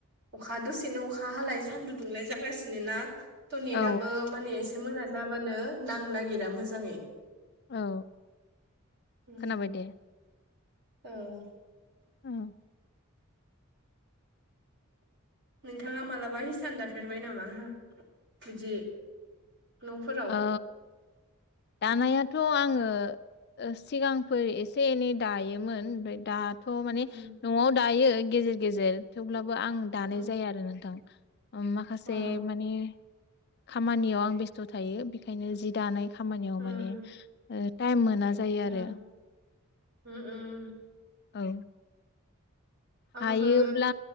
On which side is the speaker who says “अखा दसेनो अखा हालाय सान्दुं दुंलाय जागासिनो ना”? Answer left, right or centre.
Right